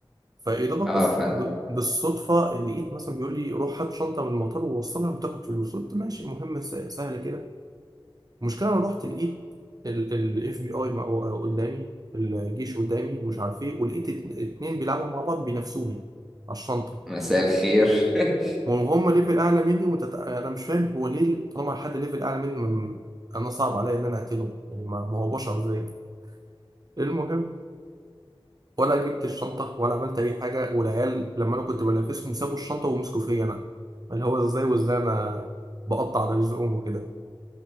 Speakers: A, on the right; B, in the centre.
A: فيا دوبك
B: اه
A: بس
B: فن
A: ب- بالصدفة اللي لقيت مثلا بيقول لي روح هات شنطة من المطار ووصلها وتاخد فلوس قلت ماشي مهمة س- سهلة كده المشكلة أنا رحت لقيت الاف بي اي قدامي الجيش قدامي ومش عارف ايه ولقيت ات- اتنين بيلعبوا مع بعض بينافسوني على الشنطة
B: مساء الخير <laughs>
A: وهم ليفل أعلى مني وتت... أنا مش فاهم هو ليه طالما حد ليفل أعلى مني م- أنا صعب عليا إن أنا أقتله يعني ما ما هو بشر زيي المهم ولا جبت الشنطة ولا عملت أي حاجة والعيال لما أنا كنت بنافسهم سابوا الشنطة ومسكوا فيا أنا اللي هو إزاي وإزاي أنا بقطع على رزقهم وكده